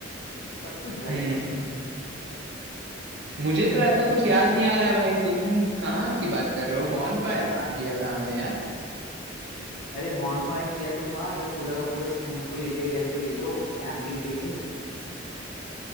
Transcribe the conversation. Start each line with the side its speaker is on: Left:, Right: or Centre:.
Left: सब कुछ भाई
Right: हम्म
Left: सब कुछ
Right: मुझे तो ऐसा कुछ याद नहीं आ रहा है भाई तुम कहाँ की बात कर रहे हो बॉनफायर कहाँ किया था हमने यार
Left: अरे बॉनफायर किया तो था जब पूरा का पूरा स्कूल को लेके गए थे ये लोग कैंपिंग के लिए